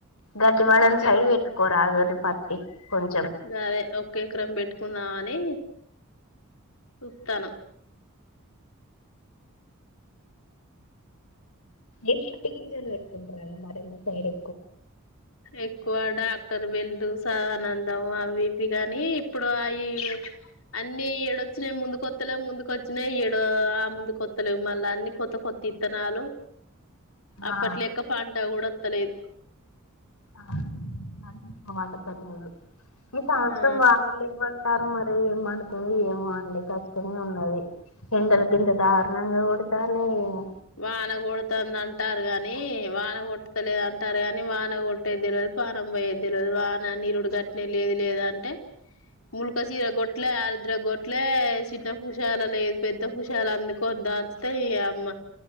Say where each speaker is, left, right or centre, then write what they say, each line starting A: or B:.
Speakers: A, on the left (about 85°); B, on the left (about 70°).
A: కొంచెం వాడానికి
B: ఓకే
A: సైడ్పెట్టుకోరదండి పత్తి కొంచెం.
B: గదే ఒక్క ఎకరం పెట్టుకుందామని. చూతానం.
A: ఏం పత్తి గింజలు పెట్టుకుంటారండి మీ సైడు.
B: ఎక్కువ డాక్టర్ వెళ్ళు సా. నందం అవి ఇవి గాని ఇప్పుడు అయి. అన్ని ఏడొచ్చినయి ముందు కొత్తలేవు ముందుకు వచ్చినాయి ఏడ ఆ ముందు కొత్తలేవు మళ్ళా అన్ని కొత్త కొత్త. విత్తనాలు. అప్పట్లెక్క
A: ఆ
B: పంట కూడా వత్తలేదు.
A: ఆహ్ వాళ్ల తెరవదు. ఎక్కువ ఈ సంవత్సరం
B: ఆ
A: వాన లేవటారు మరి ఏం పండు. ఏమో అండి కష్టమే ఉండది ఎండలుకిింత దారుణంగా కొడతా ఉన్నాయ్.
B: వానగోడుతుంది అంటారు గాని వాన కొట్. లేదంటారు కాని వాన కొట్టేద్దితేల్వదు పాణం పోయ్యెద్దితేల్వదు వాన నీరుడు గట్నే లేదు లేదు అంటే. ముల్క సీర గోట్లే ఆరుద్ర గొట్లే సీన్న. హుషాల లేదు పెద్ద హుషాలు అందుకోద్దంచితే యా అమ్మ